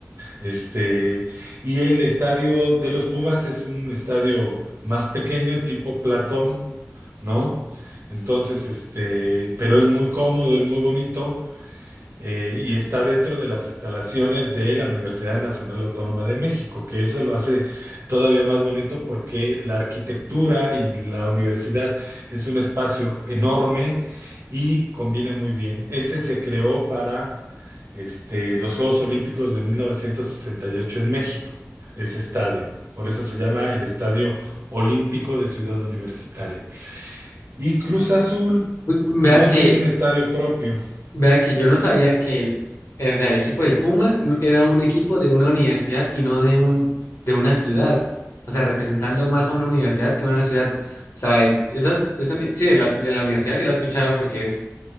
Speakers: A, on the right; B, on the left.
A: Este, y el estadio de los Pumas es un estadio más pequeño, tipo Platón, ¿no? Entonces, este, pero es muy cómodo, es muy bonito eh, y está dentro de las instalaciones de la Universidad Nacional Autónoma de México, que eso lo hace todavía más bonito porque la arquitectura y la universidad es un espacio enorme y combina muy bien. Ese se creó para este, los Juegos Olímpicos de 1968 en México, ese estadio. Por eso se llama el Estadio Olímpico de Ciudad Universitaria. Y Cruz Azul
B: Uy, vea
A: no
B: que,
A: tiene un estadio propio.
B: vea que yo no sabía que el, eh, o sea, el equipo del Puma no- era un equipo de una universidad y no de un, de una ciudad. O sea, representando más a una universidad que a una ciudad. O sea, es- esas, esa uni- sí, de, las- de la universidad sí la he escuchado porque es